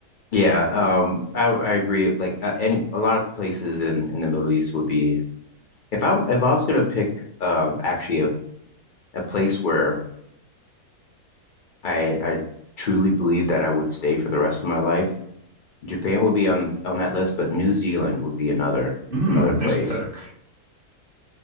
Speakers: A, on the left (about 75°); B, on the right (about 55°).
A: Yeah, um, I I agree. Like uh, any a lot of places in in the Middle East would be if I'm if I was gonna pick um actually a, a place where I I truly believe that I would stay for the rest of my life, Japan would be on on that list, but New Zealand would be another
B: Hmm,
A: another place.
B: nice pick.